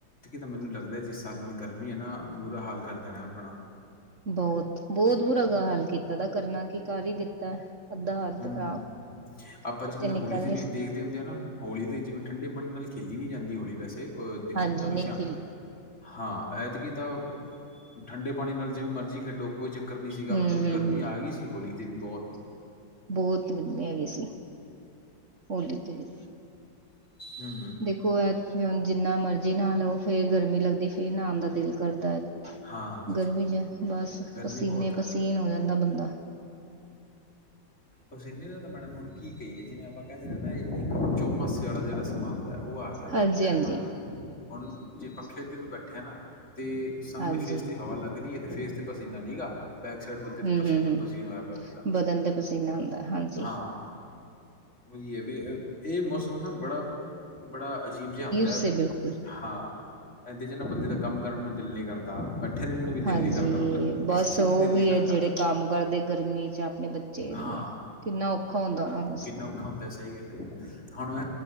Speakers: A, on the left (about 35°); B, on the right (about 45°).
A: ਤਾਂ ਮੈਨੂੰ ਲੱਗਦਾ ਹੈ, ਜਿਸ ਸਾਲ ਨਾਲ ਗਰਮੀ ਹੈ ਨਾ ਬੁਰਾ ਹਾਲ ਕਰ ਦੇਣਾ ਆਪਣਾ
B: ਬਹੁਤ-ਬਹੁਤ ਬੁਰਾ ਗ ਹਾਲ ਕੀਤਾ ਦਾ, ਕਰਨਾ ਕੀ ਕਰ ਹੀ ਦਿੱਤਾ। ਅੱਧਾ ਹਾਲ
A: ਹੂੰ,
B: ਤਾਂ ਖਰਾਬ
A: ਆਪਾਂ
B: ਕਿਤੇ
A: ਜਿਵੇਂ
B: ਨਿਕਲ
A: ਹੋਲੀ ਦੇ
B: ਨਹੀਂ
A: ਵੀ
B: ਸ-
A: ਦੇਖਦੇ ਹੁੰਦੇ ਹਾਂ ਨਾ ਹੋਲੀ ਦੇ ਜਿਵੇਂ, ਠੰਡੇ ਪਾਣੀ ਨਾਲ ਖੇਲੀ ਨੀ ਜਾਂਦੀ ਹੋਲੀ ਵੈਸੇ ਉਹ ਦਿਨ
B: ਹਾਂਜੀ
A: ਹਮੇਸ਼ਾ
B: ਨਿਕਲ
A: ਹਾਂ। ਐਤਕੀ ਤਾਂ ਠੰਡੇ ਪਾਣੀ ਨਾਲ ਜਿਵੇਂ ਮਰਜ਼ੀ ਖੇਡੋ ਕੋਈ ਚੱਕਰ ਨੀ ਸੀਗਾ,
B: ਹੂੰ
A: ਮਤਲਬ ਗਰਮੀ ਆ ਗਈ ਸੀ ਹੋਲੀ ਤੇ ਵੀ ਬਹੁਤ
B: ਬਹੁਤ ਗਰਮੀੇ ਹੈਗੇ ਸੀ, ਹੋਲੀ ਤੇ ਵੀ
A: ਹੂੰ
B: ਦੇਖੋ ਐ ਹ ਜਿੰਨਾ ਮਰਜੀ ਨਾਲੋ ਫੇਰ ਗਰਮੀ ਲੱਗਦੀ ਫੇਰ ਨਾਣ ਦਾ ਦਿਲ ਕਰਦਾ।
A: ਹਾਂ
B: ਗਰਮੀ ਚ ਬਸ
A: ਗਰਮੀ
B: ਪਸੀਨੇ
A: ਬਹੁਤ ਹੈ
B: ਪਸੀਨ ਹੋ ਜਾਂਦਾ ਬੰਦਾ, ਆ,
A: ਪਸੀਨੇ ਦਾ ਤਾਂ ਮੈਡਮ ਹੁਣ ਕੀ ਕਹੀਏ, ਜਿਵੇਂ ਆਪਾਂ ਕਹਿਿੰਦੇ ਨਾ ਇੱਕ ਚੋਮਾਸੇ ਵਾਲਾ ਜਿਹੜਾ ਸਮਾਨ ਦਾ ਉਹ ਆ ਗਿਆ
B: ਹਾਂਜੀ
A: ਟਾਈਮ
B: ਹਾਂਜੀ
A: ਆ ਗਿਆ, ਹੁਣ ਜੇ ਪੱਖੇ ਅੱਗੇ ਵੀ ਬੈਠੇ ਨਾ ਤਾਂ ਸਾਹਮਣੇ
B: ਹਾਂਜੀ
A: ਫੇਸ ਤੇ ਹਵਾ ਲਗ ਰਹੀ ਹੈ, ਤੇ ਫੇਸ ਤੇ ਪਸੀਨਾ ਨੀ ਹੈਗਾ ਬੈਕ ਸਾਈਡ ਬੰਦੇ ਤੇ
B: ਹੂੰ
A: ਪਸੀਨਾ-ਪਸੀਨਾ
B: ਹੂੰ ਹੂੰ
A: ਹੋਇਆ ਪਿਆ ਬੰਦਾ
B: ਬਦਨ ਤੇ ਪਸੀਨਾ ਆਉਂਦਾ ਹਾਂਜੀ
A: ਹਾਂ ਹੀ ਹੈ, ਵੀ ਇਹ ਮੌਸਮ ਨਾ ਬੜਾ ਬੜਾ ਅਜੀਬ ਜਿਹਾ ਹੁੰਦਾ
B: ਸੇ ਬਿਲਕੁਲ
A: ਹਾਂ, ਇਹਦੇ ਜ ਨਾ ਬੰਦੇ ਦਾ ਕਮ ਕਰਨ ਨੂੰ ਦਿਲ ਨਹੀ ਕਰਦਾ ਪ ਵੀ ਦਿਲ
B: ਹਾਂਜੀ
A: ਨ ਕਰਦਾ ਮਤਲਬ
B: ਬਸ
A: ਕਿਸੇ ਚੀਜ਼
B: ਉਹ
A: ਨੂੰ ਦਿਲ
B: ਵੀ
A: ਨ ਕਰਦਾ
B: ਹੈ ਜਿਹੜੇ ਕੰਮ ਕਰਦੇ ਗਰਮੀ 'ਚ ਆਪਣੇ ਬੱਚੇ ਦੀ
A: ਹਾਂ
B: ਹੈ ਕਿੰਨਾ ਔਖਾ ਹੁੰਦਾ ਉਹਨਾਂ ਵਾਸਤੇ
A: ਕਿਨਾ ਔਖਾ ਹੁੰਦਾ ਸਹੀ ਗੱਲ ਐ ਜੀ, ਹੁਣ